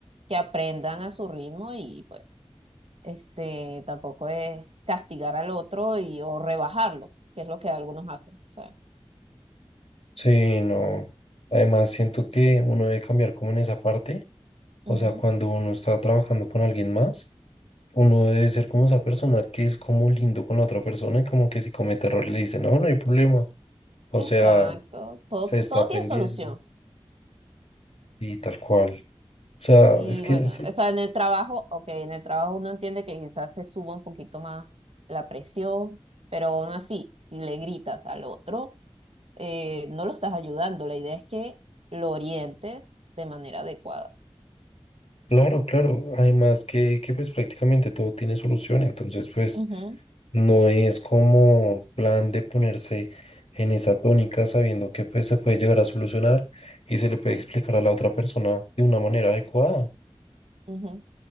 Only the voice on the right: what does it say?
que aprendan a su ritmo y pues este tampoco es castigar al otro y o rebajarlo, que es lo que algunos hacen. o sea,
ujú,
Exacto,
todo,
todo
tiene solución.
Y
bueno,
o sea, en el trabajo, ok, en el trabajo uno entiende que quizás se suba un poquito más la presión, pero aún así, si le gritas al otro, eh, no lo estás ayudando. La idea es que lo orientes de manera adecuada.
Ujú,
sí.
ujú.